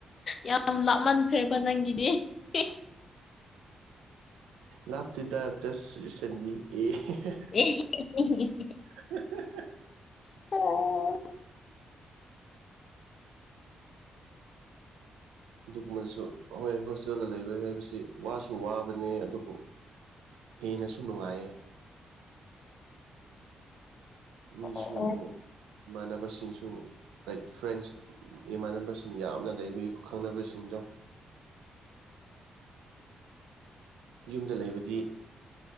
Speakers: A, on the left (about 55°); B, on the right (about 85°).
A: ꯌꯥꯝ ꯂꯥꯞꯃꯟꯈ꯭ꯔꯦꯕ ꯅꯪꯒꯤꯗꯤ <unintelligible>
B: ꯂꯥꯞꯇꯦꯗ ꯖꯁ ꯔꯤꯁꯦꯟꯗꯤ ꯑꯦ ꯍꯦꯍꯦ
A: <unintelligible>
B: <unintelligible>
A: <unintelligible>
B: ꯑꯗꯨꯒꯨꯝꯕꯁꯨ ꯍꯣꯏ ꯍꯣꯁꯇꯦꯜꯗ ꯂꯩꯕ ꯍꯥꯏꯕꯁꯤ ꯋꯥꯁꯨ ꯋꯥꯕꯅꯦ ꯑꯗꯨꯕꯨ ꯍꯦꯟꯅꯁꯨ ꯅꯨꯡꯉꯥꯏꯌꯦ ꯃꯤꯁꯨ
A: ꯑꯣ
B: ꯏꯃꯥꯟꯅꯕꯁꯤꯡꯁꯨ ꯂꯥꯏꯛ ꯐ꯭ꯔꯦꯟꯁ ꯏꯃꯥꯟꯅꯕꯁꯤꯡ ꯌꯥꯝꯅ ꯂꯩꯕꯒꯤ ꯈꯪꯅꯕꯁꯤꯡꯗꯣ ꯌꯨꯝꯗ ꯂꯩꯕꯗꯤ